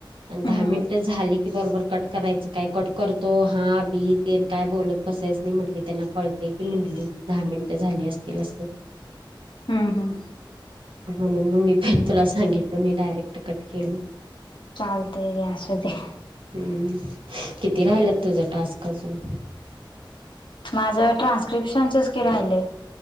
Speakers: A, on the right (about 80°); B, on the left (about 70°).
A: आणि
B: हम्म
A: दहा मिनिट झाली की बरोबर कट करायचं. काय कट करतो हा बी तेन काय बोलत बसायच नाही म्हंटली‌. त्यांना कळत य की म्हंटली, दहा मिनिटं झाली असतील असं.
B: हम्म, हम्म.
A: म्हणून मग मी पण तुला सांगितलो नाही डायरेक्ट कट केलो.
B: चालतंय घ्या असु द्या.
A: हम्म. किती राहिल्यात तुझं टास्क अजून?
B: माझं ट्रान्स्क्रिप्शनच के राहिलंय.